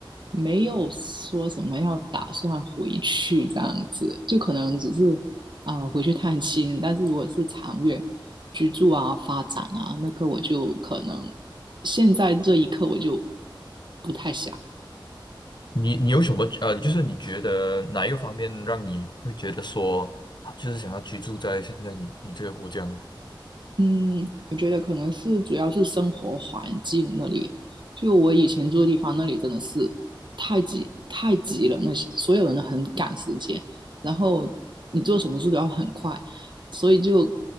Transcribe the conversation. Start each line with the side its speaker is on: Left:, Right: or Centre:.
Right: 没有说什么要打算回去这样子，就可能只是啊、呃回去探亲。但是如果是长远，居住啊、发展啊，那个我就可能现在这一刻我就不太想。
Left: 你你有什么呃，就是你觉得哪一个方面让你会觉得说啊，就是想要居住在现在你你这个国家呢？
Right: 嗯，我觉得可能是主要是生活环境那里，就我以前住的地方那里真的是太挤太挤了，那些所有人都很赶时间，然后你做什么事都要很快，所以就